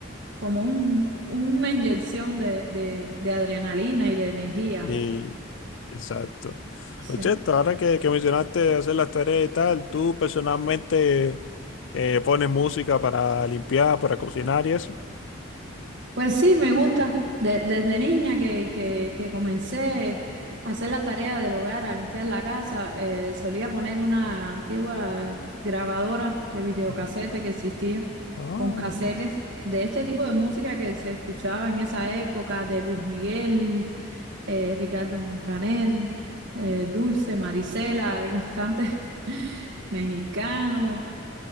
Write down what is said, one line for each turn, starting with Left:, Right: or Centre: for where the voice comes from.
Right: como un, una inyección de, de, de adrenalina y de energía.
Left: Y exacto.
Right: Sí,
Left: Oye,
Right: sí.
Left: ahora que, que mencionaste hacer las tareas y tal, ¿tú personalmente eh, pones música para limpiar, para cocinar y eso?
Right: Pues sí, me gusta. De- desde niña que, que, que comencé a hacer la tarea del hogar, a limpiar la casa, eh, solía poner una antigua grabadora de videocasete
Left: Ujú.
Right: que existía
Left: Ah,
Right: con casetes de este tipo de música que se escuchaba en esa época, de Luis Miguel eh, Ricardo Montaner, eh, Dulce, Marisela, cantantes <laughs> mexicanos.